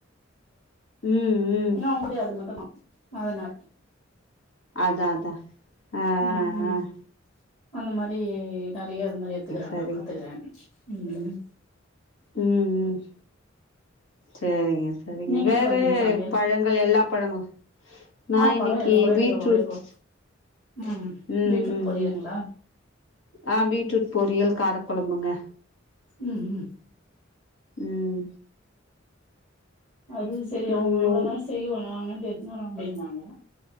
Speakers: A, on the left (about 80°); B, on the left (about 40°).
A: ம் ம்
B: என்னா <unintelligible> அது மட்டும்தான் அதனாள்
A: அதான் அதான் ஆஹ்ஹ்ஹ்
B: ம் ம் அந்த மாரி நெறைய அது மாரி எத்துக்கறாங்க
A: சரிங்க
B: பாத்துக்குறன் உம்
A: உம் உம் செரிங்க சரிங்க
B: நீங்க
A: வேற
B: என்ன பண்ணீங்க சமையல்
A: பழங்கள் எல்லா பழங்களும் நான்
B: ஆ
A: இன்க்கி
B: பழோ எல்லா பழோ
A: பீட்ரூட்
B: எத்துக்குவோ வாழைப்பழோ ம்
A: உம்
B: பீட்ரூட்
A: ம்
B: பொரியலுங்களா
A: ம் ஆஹ பீட்ரூட் பொரியல் காரக்குலம்புங்க
B: உம் உம்
A: உம்
B: அதுவு செரி
A: ம்
B: அவங்க இவ்ளோ
A: உ
B: நேரம் செய்வோனா அங்க வந்து எதுனு வர முடியுமாங்க